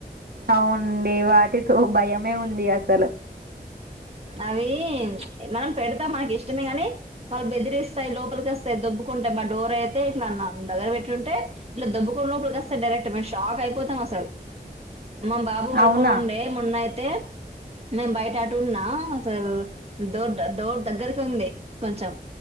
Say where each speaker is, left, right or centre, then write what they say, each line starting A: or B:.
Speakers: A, on the right; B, on the right.
A: అవునండి వాటితో భయమే ఉంది అసలు
B: అవి మనం పెడతాం మకి ఇష్టమే గాని మళ్ళ బెదిరిస్తాయి లోపలిక వస్తాయి దొబ్బుకుం ట మా డోర్ అయితే ఇట్లా అన్నా దగ్గర పెట్టుంటే ఇట్లా దబ్బుకొన్న లోపకొస్త డైరక్ట్ మెం షాక్ అయిపోతాం అసల్
A: <inaudible>
B: మా బాబు పడుకోనిండే
A: అవునా
B: మొన్నయితే మేము బయట ఆ టున్నా అసలు డో డోర్ దగ్గరకు ఉంది కొంచం‌